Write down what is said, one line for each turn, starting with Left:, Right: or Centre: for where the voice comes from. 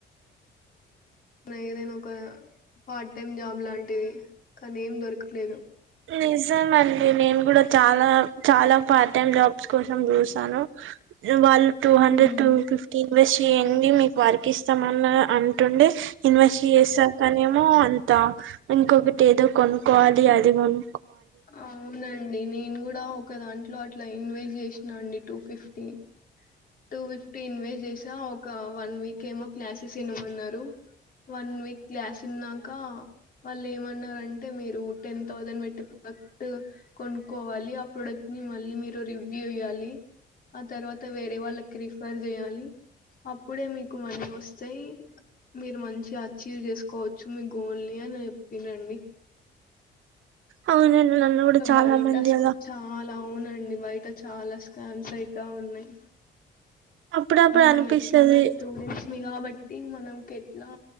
Left: ఏదైనా ఒక పార్ట్ టైం జాబ్ లాంటివి కానీ ఏం దొరకట్లేదు.
Right: నిజం అండి. నేను కూడా చాలా చాలా పార్ట్ టైం జాబ్స్ కోసం చూసాను. వాళ్ళు టూ హండ్రెడ్,
Left: హ్మ్
Right: టు ఫిఫ్టీన్ ఇన్వెస్ట్ చేయండి. మీకు వర్క్ ఇస్తామన అంటుండే. ఇన్వెస్ట్ చేసాకనేమో అంత్ త ఇంకొకటి ఏదో కొనుక్కోవాలి. అది మనం
Left: అవునండి. నేను గూడా ఆ ఒక దాంట్లో అట్లా ఇన్వెస్ట్ చేసినా అండి. Two fifty two fifty invest చేసా. ఒక వన్ వీక్ ఏమో క్లాసెస్ ఇనమన్నారు. వన్ వీక్ క్లసిన్నాకా. వాళ్ళు ఏమన్నారంటే. మీరు టెన్ థౌజండ్ పెట్టి ప్రోడక్ట్ కొనుక్కోవాలి. ఆ ప్రొడక్ట్ ని మళ్ళీ, మీరు రివ్యూ ఇయ్యాలి. ఆ తర్వాత వేర్ కి రిఫర్ చేయాలి. అప్పుడే మీకు మనీ వస్తాయి. మీరు మంచిగా అర్చీవ్ చేసుకోవచ్చు. మీ గోల్ని అని చెప్పిరండి.
Right: అవును నేను నాన్ను కూడా చాలా
Left: బయట
Right: మంది అలా
Left: చాలా అవునండి. బయట చాలా స్కామ్స్ అయితా ఉన్నాయి.
Right: అప్పుడప్పుడు
Left: మనం
Right: అనిపిస్తది
Left: ఎట్లయినా స్టూడెంట్స్ మీ గాబట్టి మన్ నకి ఎట్లా